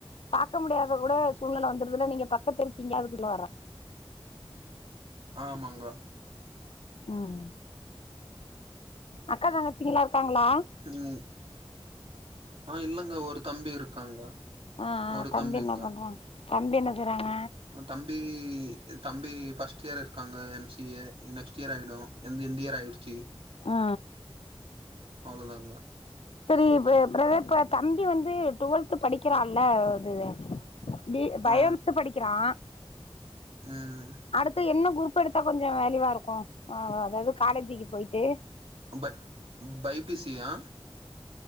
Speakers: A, on the left; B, on the right.
A: பாக்க முடியாத கூட சூழ்நில வந்துருதுல நீங்க பக்கத்து இருக்கீங்க அதுக்கு சொல்ல வரே
B: ஆமாங்க
A: ம் அக்கா தங்கச்சிங்கலா இருக்காங்ளா
B: ம் ஆ இல்லங்க ஒரு தம்பி இருக்காங்க
A: ஆ ஆ
B: ஒரு
A: தம்பி
B: தம்பிங்க
A: என்ன பண்றா தம்பி என்ன செய்றாங்க
B: தம்பி தம்பி ஃபர்ஸ்ட் இயர் இருக்காங்க M C A next year ஆயிடூ எந் இண்டியா பேங்கி
A: ஆ
B: அவ்ளோதாங்கா
A: செரி ப்ர ப்ரதர் ப தம்பி வந்து டுவெல்த் படிக்கிறால்ல அது பி பயோமேக்ஸ்
B: ஆ
A: படிக்கிறா
B: ம்
A: அடுத்து என்னப் குருப் எடுத்தா கொஞ்சோ வேளியூவா இருக்கூ அதாவ்து காலேஜுக்கு போய்ட்டு
B: பட் பைபிசியா